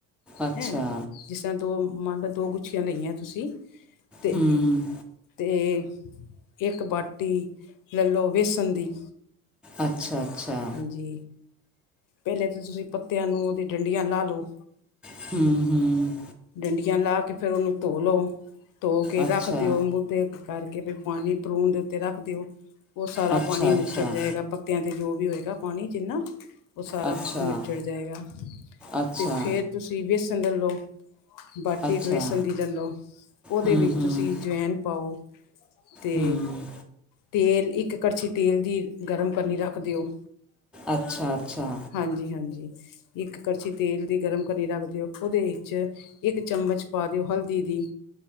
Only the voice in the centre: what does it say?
ਅੱਛਾ
ਹੂੰ
ਅੱਛਾ-ਅੱਛਾ।
ਹਮ ਹਮ
ਅੱਛਾ
ਅੱਛਾ
ਅੱਛਾ
ਅੱਛਾ
ਅੱਛਾ
ਅੱਛਾ
ਹੂੰ
ਹੂੰ
ਹੂੰ
ਅੱਛਾ ਅੱਛਾ